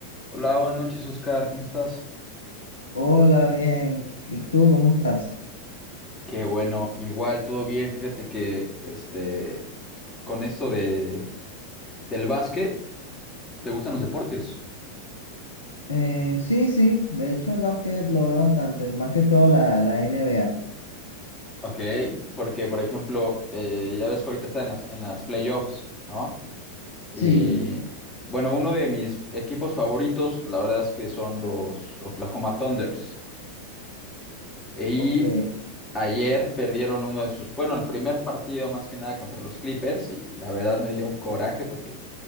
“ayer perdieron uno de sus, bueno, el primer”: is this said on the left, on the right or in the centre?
Left